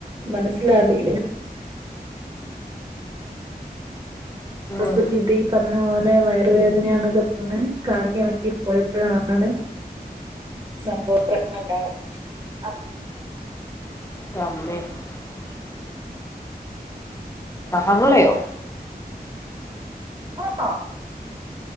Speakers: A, on the right (about 30°); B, on the left (about 20°).
A: മനസ്സിലാവില്ല ഹ്പ
B: ഉം
A: ഇത് ഈ പറഞ്ഞ പോ നല്ലെ വയറുവേദനയാന്നൊക്കെ പറെ കാണിക്കാൻ വേണ്ടി പോയപ്പോഴാണ് സംഭവം പ്രഗ്നന്റ് ആ
B: <unintelligible> സ്യെമളയോ
A: ആഹ